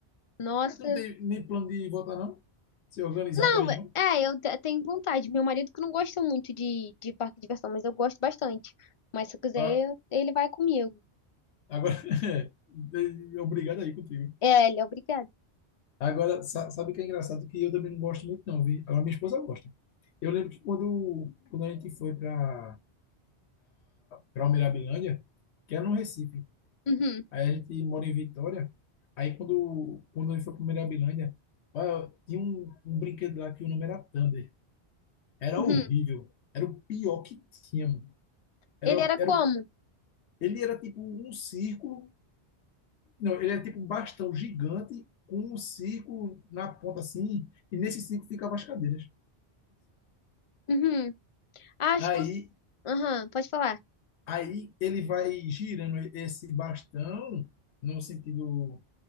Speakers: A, on the left; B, on the left.
A: Nossa.
B: Mas tu não tem nem plano de voltar, não? Se organizar
A: Não,
B: pra ir, não?
A: é, eu te- tenho vontade. Meu marido que não gosta muito de, de parque de diversão, mas eu gosto bastante. Mas se eu quiser,
B: Ah,
A: eu- ele vai comigo.
B: agora, <laughs> obrigado aí contigo.
A: É, ele é obrigado.
B: Agora, sa- sabe o que é engraçado? Que eu também não gosto muito, não, vi? Agora, minha esposa gosta. Eu lembro que quando, quando a gente foi para para Mirabilândia que era no Recife,
A: Uhum,
B: aí a gente mora em Vitória, aí quando, quando a gente foi para Mirabilândia, olha, tinha um, um brinquedo lá que o nome era Thunder. Era
A: uhum.
B: horrível. Era o pior que tinha. mano. Era,
A: Ele era como?
B: era, o- ele era tipo um círculo, não, ele era tipo um bastão gigante com um círculo na ponta assim, e nesse círculo ficavam as cadeiras.
A: Uhum. Ah, Acho
B: Aí,
A: que eu. Aham, pode falar.
B: aí ele vai girando esse bastão no sentido